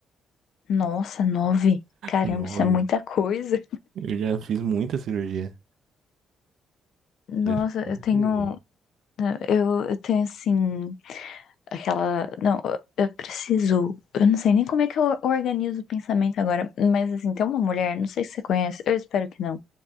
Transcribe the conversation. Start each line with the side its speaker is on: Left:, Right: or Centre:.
Left: Nossa, nove. Caramba,
Right: Nove.
Left: isso é muita coisa.
Right: Eu já fiz muita cirurgia.
Left: Nossa,
Right: Já fiz muita
Left: eu tenho.
Right: cirurgia.
Left: né, Eu, eu tenho assim. Aquela. Não, eu eu preciso. Eu não sei nem como é que eu organizo o pensamento agora. Mas assim, tem uma mulher, não sei se você conhece, eu espero que não.